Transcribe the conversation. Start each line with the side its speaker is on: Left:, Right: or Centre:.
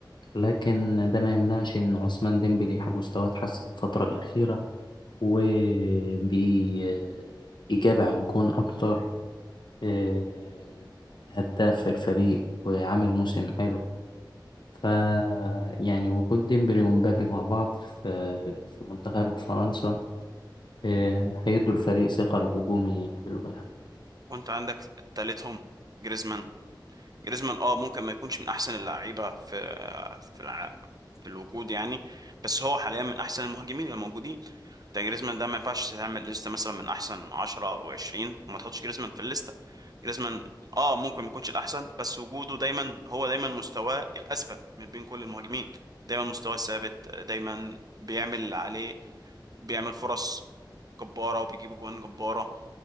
Left: لكن ده ما يمنعش إن عثمان ديمبلي مستواه اتحسن الفترة الأخيرة وبإجابة على الجون أكتر إيه، هداف الفريق وعامل موسم حلو ف يعني وجود ديمبلي ومبابي مع بعض في في منتخب فرنسا إيه، هيدوا الفريق ثقة الهجومي حلوة يعني
Right: وأنت عندك تالتهم جريزمان جريزمان اه ممكن ما يكونش من أحسن اللعيبة في آه، في الع... في الوجود يعني بس هو حاليا من احسن المهاجمين الموجودين ده جريزمان ده ما ينفعش تعمل لستة مثلا من احسن 10 او 20 وما تحطش جريزمان في الليستة جريزمان اه ممكن ما يكونش الاحسن بس وجوده دايما هو دايما مستواه الاثبت من بين كل المهاجمين دايما مستواه ثابت دايما بيعمل اللي عليه بيعمل فرص جبارة وبيجيب جوان جبارة